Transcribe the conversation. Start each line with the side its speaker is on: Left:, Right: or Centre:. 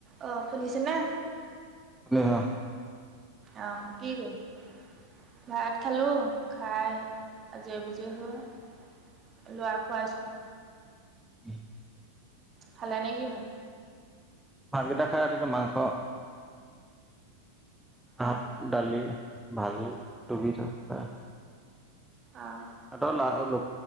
Right: অ শুনিছ নে?
Centre: অহ
Right: অহ কি কৰি ভাত খালোঁ খাই আজৰি পাজৰি হৈ লৰা খুৱাইছো।
Centre: <inaudible>
Right: খালে নেকি ভাত?
Centre: ভাতকেইটা খাই আৰু মাংস ভাত
Right: অঁ
Centre: দালি। ভাল তুমি <unintelligible>
Right: অঁ
Centre: এটা লা ল